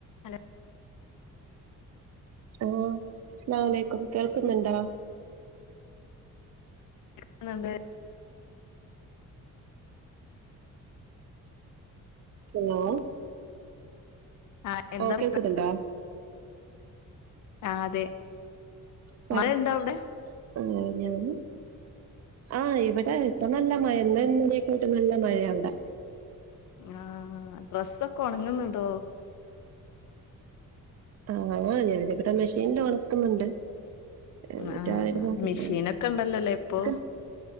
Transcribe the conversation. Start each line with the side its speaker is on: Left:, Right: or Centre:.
Left: Hello
Right: hello അസ്സലാമു അലൈക്കും കേൾക്ക്ന്ന്ണ്ടാ
Left: കേൾക്ക്ന്ന്ണ്ട്
Right: ഹലോ
Left: ആ എന്താ
Right: അ കേൾക്ക്ന്ന്ണ്ടാ
Left: പരിപാ- ആ അതെ
Right: പറ
Left: മഴ ഉണ്ടോ അവിടെ
Right: <unintelligible> <unintelligible> ആ ഇവിടെ ഇപ്പം നല്ല മഴ ഇന്നും ഇന്നലെയൊക്കെ ആയിട്ട് നല്ല മഴയാ വ്ടെ
Left: ആ ഡ്രസ്സൊക്കെ ഉണങ്ങുന്നുണ്ടോ
Right: ആ ഞാനിവിടെ മെഷീനിൽ ഉണക്കുന്നുണ്ട് <unintelligible>
Left: ആ
Right: നോക്കുന്നൊ
Left: മെഷീനൊക്കെ ഉണ്ടല്ലോല്ലേ ഇപ്പൊ
Right: <unintelligible>